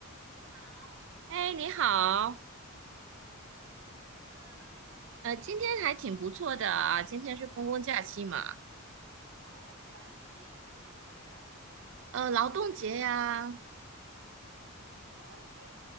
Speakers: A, on the right; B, on the right.
A: 你好，
B: 哎，你好，
A: 哎，最近怎么样啊
B: 呃，今天还挺不错的啊，今天是公共假期嘛，
A: 哦，假期是什么假期？
B: 呃，劳动节呀，
A: 啊，劳动节？